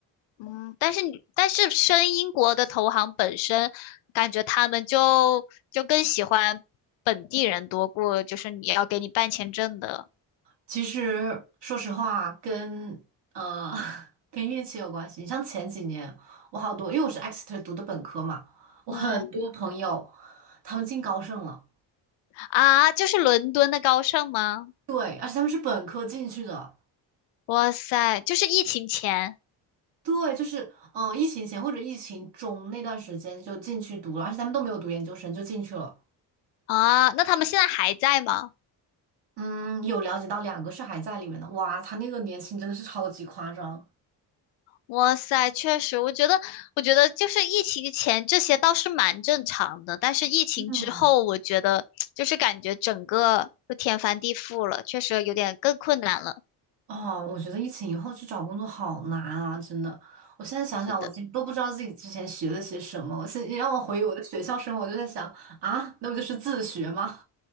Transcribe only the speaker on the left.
嗯，但是你但是申英国的投行本身，感觉他们就就更喜欢本地人多过就是你要给你办签证的，
嗯。
啊，就是伦敦的高盛吗？
哇塞，就是疫情前
啊，那他们现在还在吗？
哇塞，确实，我觉得，我觉得就是疫情前这些倒是蛮正常的，但是疫情之后，
我觉得就是感觉整个就天翻地覆了，确实有点更困难了。
是的。